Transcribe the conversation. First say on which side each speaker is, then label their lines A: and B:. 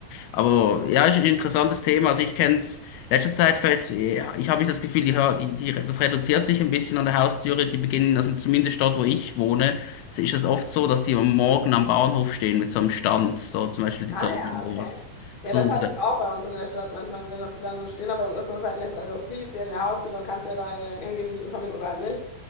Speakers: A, on the left (about 80°); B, on the left (about 55°).
A: Aber ja, ist ein interessantes Thema. Also ich kenne es, letzter Zeit fällt ja, ich habe das Gefühl, die, Hör- die, die, das reduziert sich ein bisschen an der Haustüre. Die beginnen, also zumindest dort, wo ich wohne, ist es oft so, dass die am Morgen am Bahnhof stehen mit so einem Stand, so zum Beispiel die
B: Ah
A: Zeugen
B: ja, okay.
A: oder was.
B: Ja,
A: So,
B: das
A: so,
B: habe ich auch bei uns in der Stadt manchmal gesehen, dass die dann so stehen, aber dann ist das halt nicht so aggressiv wie in der Haustür, dann kannst du ja da entweder hingehen, dich informieren oder halt nicht.